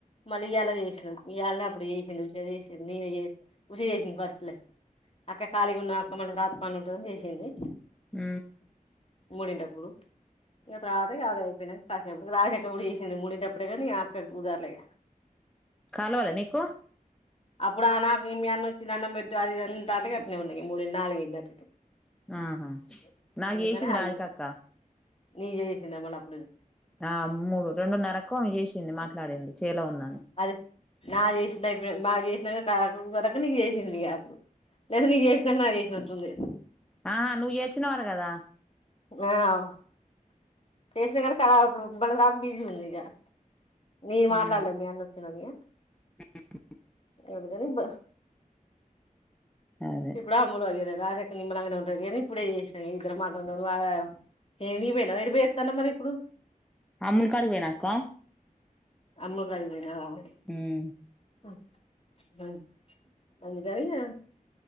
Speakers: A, on the left; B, in the centre.
A: మళ్ళీ ఇయాల చేసినమ్ ఇవాళనే అప్పుడు చేసింది ఉష చేసింది నేను ఉష చేసింది ఫస్ట్లే అక్క కాళీగా ఉన్నవ అక్క మళ్ళ రాత్రి పని ఉంటదని చేసింది
B: ఊ
A: మూడింట అప్పుడు <unintelligible> అ కాసేపటి రాజక్క కూడ చేసింది మూడింట టప్పుడే కాని అక్కకు కుదర్లే ఇగ
B: కలవల నీకు
A: అప్పుడా ఆ నాకీ మీ అన్న వచ్చి అన్నం పెట్టు అది ఇది అంటంటే అట్నే ఉన్న మూడు నాలుగు అయింది
B: ఆహా
A: <unintelligible>
B: నాకు
A: అందుకనే
B: చేసింది
A: ఆగింది
B: రాధికక్క
A: నీకు చేసింద మల్ల అప్పుడు
B: ఆ మూడు రెండున్నరకు చేసింది మాట్లాడింది చేలో ఉన్నా
A: అదే నా చేసిన <unintelligible> చేసింది ఇగ అప్పుడు లేద నీకి చేసినంక నాక్ చేసిన ఉంది
B: ఆ నువ్వు ఏడ్చినవంట కదా
A: ఆ చేస్తే కనక అప్పుడు <unintelligible> బిజీ గా ఉందిగా నేను మాట్లేడ్లే
B: ఉమ్
A: మీ అన్న వచ్చినని
B: <unintelligible>
A: అందుకని బ
B: అదే
A: ఇప్పుడు అమ్ములు <unintelligible> నిమ్మళంగా ఉంటదనీ ఇప్పుడే చేసిన ఇగ ఇద్దరం <unintelligible> తన మరి ఇప్పుడు
B: అమ్ములు కాడికి పోయినా అక్క
A: అమ్మగ <unintelligible>
B: ఉమ్
A: <unintelligible> అందుకని ఇగ